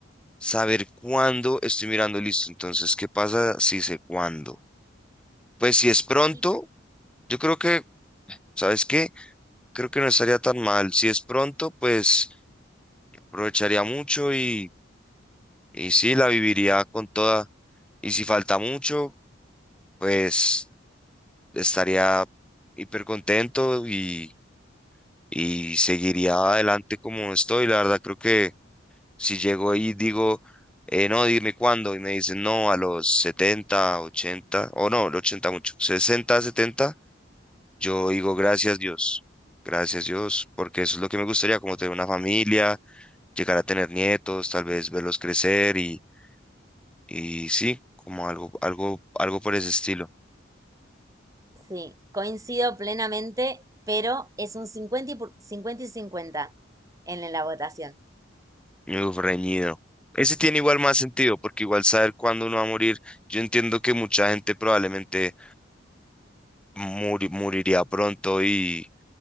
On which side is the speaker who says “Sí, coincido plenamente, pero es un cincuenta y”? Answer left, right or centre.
Right